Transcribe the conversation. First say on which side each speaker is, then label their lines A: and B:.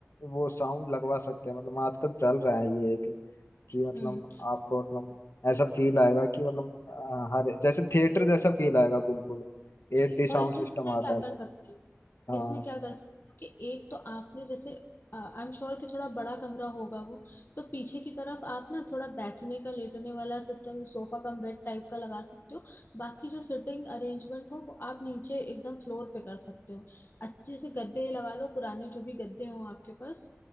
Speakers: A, on the left (about 70°); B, on the left (about 50°).
A: वो साउंड लगवा सकते हैं मतलब आजकल चल रहा है ये एक कि मतलब
B: हम्म
A: आपको मतलब ऐसा फील आएगा कि मतलब अ, हर जैसे थिएटर जैसा फील आएगा बिल्कुल एट
B: जी
A: डी साउंड
B: और इसमें
A: सिस्टम
B: पता है क्या
A: आता है ऐसा
B: कर सकते हो
A: हाँ
B: इसमें क्या कर सकते हो कि एक तो आपने जैसे आई एम श्योर कि थोड़ा बड़ा कमरा होगा वो तो पीछे की तरफ आप ना थोड़ा बैठने का लेटने वाला system sofa cum bed type का लगा सकते हो बाकी जो सिटिंग अरेंजमेंट हो वो आप नीचे एकदम फ्लोर पे कर सकते हो अच्छे से गद्दे लगा लो पुराने जो भी गद्दे हो आपके पास